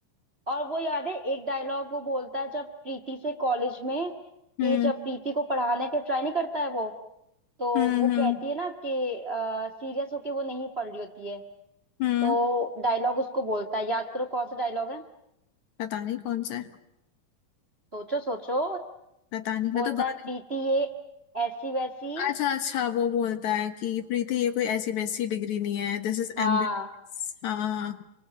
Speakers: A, on the right (about 30°); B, on the left (about 60°).
A: और वो याद है एक डायलॉग वो बोलता है जब प्रीति से कॉलेज में कि
B: हम्म
A: जब प्रीति को पढ़ाने के ट्राई नहीं करता है वो तो
B: हम्म
A: वो
B: हम्म हम्म
A: कहती है ना कि सीरियस होके वो नहीं पढ़ रही होती है
B: हम्म।
A: तो डायलॉग उसको बोलता है याद करो कौन सा डायलॉग है
B: पता नहीं कौन सा है
A: सोचो सोचो
B: पता नहीं मैं
A: बोलता
B: तो गाने
A: है प्रीति ये ऐसी वैसी
B: अच्छा अच्छा वो बोलता है कि प्रीति ये कोई ऐसी वैसी डिग्री नहीं है दिस इज
A: हाँ
B: एमबीबीएस हाँ